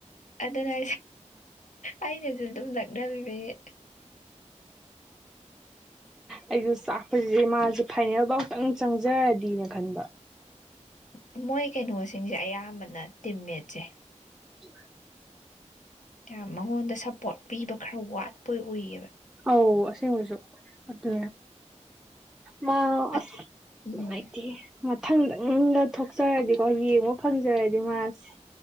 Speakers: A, on the left; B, in the centre.
A: ꯑꯗꯨꯅ ꯑꯩꯅꯁꯨ ꯑꯗꯨꯝ ꯂꯛꯅꯕꯤꯕꯒꯤ
B: ꯑꯩꯁꯨ ꯆꯥꯛꯄꯁꯤꯗꯤ ꯃꯥꯁꯦ ꯐꯥꯏꯅꯦꯜꯐꯥꯎꯇꯪ ꯆꯪꯖꯔꯗꯤꯅ ꯈꯟꯕ
A: ꯑꯝ ꯃꯣꯏ ꯀꯩꯅꯣꯁꯤꯡꯁꯦ ꯑꯌꯥꯝꯕꯅ ꯇꯤꯝꯃꯦꯠꯁꯦ
B: <unintelligible>
A: ꯌꯥꯝ ꯃꯉꯣꯟꯗ ꯁꯞꯄꯣꯔꯠ ꯄꯤꯕ ꯈꯔ ꯋꯥꯠꯄꯣꯏ ꯑꯨꯏꯌꯦꯕ
B: ꯑꯧ ꯑꯁꯦꯡꯕꯩꯁꯨ ꯑꯗꯨ ꯃꯥ
A: ꯑꯗꯨ
B: ꯑꯁ
A: ꯎꯝ
B: ꯅꯨꯡꯉꯥꯏꯇꯦꯍꯦ ꯃꯊꯪꯗꯪꯒ ꯊꯣꯛꯆꯔꯗꯤꯀꯣ ꯌꯦꯡꯕ ꯐꯪꯖꯔꯗꯤ ꯃꯥꯁꯦ